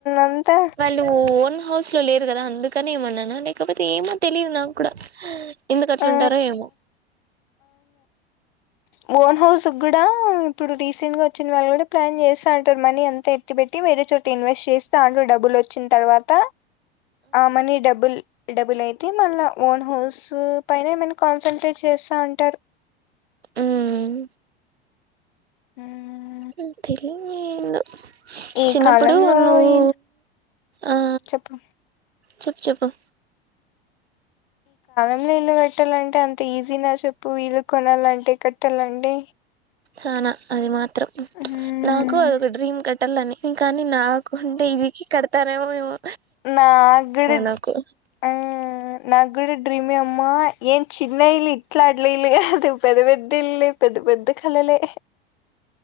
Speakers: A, on the left (about 55°); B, on the right (about 80°).
A: అంతా
B: వాళ్ళు ఓన్ హౌస్ లో లేరు గదా అందుక్కనే ఏమన్నానా లేకపోతే ఏమో తెలిదు నాకుడా ఎందుకట్లుంటారో
A: ఆ
B: ఏమో
A: వోన్ హౌసు గూడా ఇప్పుడు రీసెంట్ గా చ్చినది గూడా ప్లాన్ జేస్త అంటారు. మనీ అంత ఎత్తి పెట్టి వేరే చోట ఇన్వెస్ట్ చేసి దాంట్లో డబ్బులు ఓచ్చిన తర్వాత ఆ మనీ డబుల్ డబ్బులయితే మళ్ళా వోన్ హౌసు పైనేమైనా కాన్సన్ట్రేట్ చేస్తా ఉంటారు
B: ఉమ్మ్
A: మ్మ్
B: నిక్ తెలియాందేందో
A: ఈ
B: చిన్నప్పుడు
A: కాలంలో
B: నువు
A: ఈ
B: ఆ
A: చెప్పు
B: చెప్ చెప్పు
A: న్న ఇల్లు కట్టాలంటే అంత ఈజిన చెప్పు ఇళ్లు కొనాలంటే కట్టాలంటే
B: చానా అది మాత్రం
A: మ్మ్
B: నాకు అదొక డ్రీమ్ కట్టల్లని కానీ నాకుంటే ఇవికి కడతానో ఏమో
A: నాగుడ్
B: నాకు
A: ఆ నాక్ కూడ డ్రీమే అమ్మా ఏం చిన్న ఇల్లు ఇట్లా ఇల్లు గాదు పెద్ద పెద్ద ఇల్లు పెద్ద పెద్ద కలలే